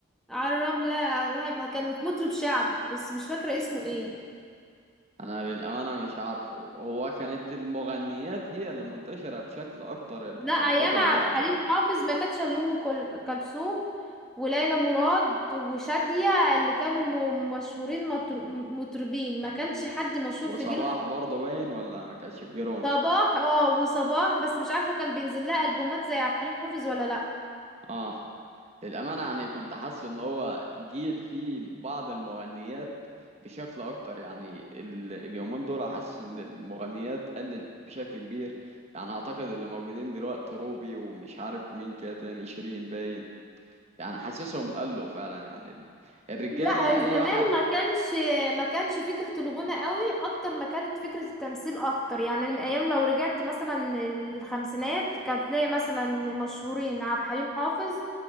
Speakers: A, in the centre; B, on the right.
A: على الرملة كان مطرب شعبي بس مش فاكرة اسمه ايه
B: أنا للأمانة مش عارفه هو كانت المغنيات هي اللي منتشرة بشكل أكتر ال-
A: لا ايام
B: الفترة
A: عبد
B: دي أعتقد
A: الحليم حافظ ما كانتش الا ام كل- كلثوم وليلى مراد وشادية اللي كانوا م- مشهورين مطر- مطربين ما كانش حد مشهور
B: وصباح
A: في جيل
B: برضه باين ولا ما كانش في جيرهم
A: صباح اه وصباح بس مش عارفة كان بينزل لها البومات زي عبد الحليم حافظ ولا لا
B: آه للأمانة يعني كنت حاسس إن هو جيل فيه بعض المغنيات بشكل أكتر يعني ال- اليومين دول حاسس إن المغنيات قلت بشكل كبير يعني أعتقد اللي موجودين دلوقتي روبي ومش عارف مين كده تاني شيرين باين يعني حاسسهم قلوا فعلا يعني ال- الرجالة
A: لا
B: أي
A: زمان
B: واحد
A: ما كانش ما كانش فكرة الغنى قوي اكتر ما كانت فكرة التمثيل اكتر يعني من ايام لو رجعت مثلا الخمسينات كان تلاقي مثلا مشهورين عبد الحليم حافظ